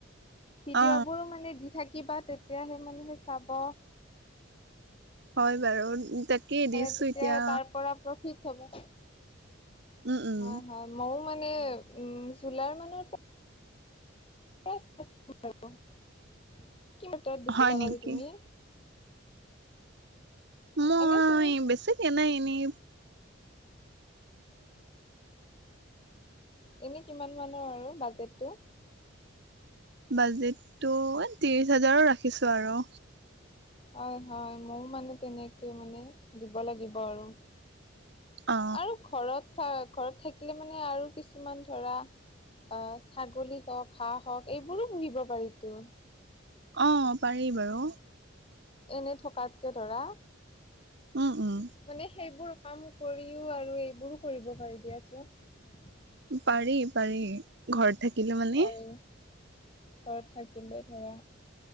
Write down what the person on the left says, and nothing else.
ভিডিঅ'বোৰ
মানে দি থাকিবা তেতিয়াহে মানুহে চাব।
মানে
তেতিয়াহে
তাৰ পৰা প্ৰফিট হব।
হয় হয় মইও মানে উম জুলাইৰ মানৰ পৰা কি মাত্ৰাত <unintelligible> দিছিলা
বাৰু তুমি
এনে তুমি
এনে কিমান মানৰ আৰু বাজেটটো
হয় হয় ময়ো মানে তেনেকে মানে দিব লাগিব আৰু
আৰু ঘৰত থাকিলে ঘৰত থাকিলে মানে আৰু কিছুমান ধৰা আহ ছাগলী হওক হাঁহ হওক এইবোৰো পুহিব পাৰিতো
এনে থকাতকে ধৰা,
মানে সেইবোৰ কাম কৰিও আৰু এইবোৰো কৰিব পাৰি দিয়াচোন
পাৰি ঘৰত থাকিলে ধৰা,